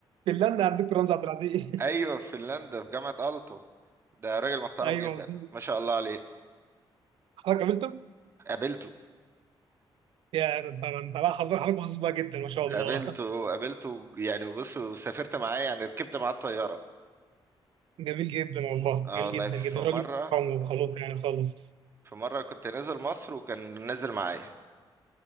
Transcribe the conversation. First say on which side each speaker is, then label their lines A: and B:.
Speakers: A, on the right; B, on the right.
A: فنلندا عند دكتور رمزي عبد العزيز
B: ايوه في فنلندا في جامعة ألتو ده راجل محترم
A: <laughs> ايوه
B: جدا
A: مظبوط
B: ما شاء الله عليه
A: حضرتك قابلته؟
B: قابلته
A: يا ده انت انت لا حضرتك حضرتك محظوظ بقى جدا ما شاء الله
B: قابلته قابلته يعني بص سافرت معاه يعني ركبت معاه الطيارة
A: <laughs> جميل جدا والله
B: اه
A: جميل
B: والله
A: جدا
B: في
A: جدا
B: مرة
A: راجل محترم وخلوق يعني خالص
B: في مرة كنت نازل مصر وكان نازل معايا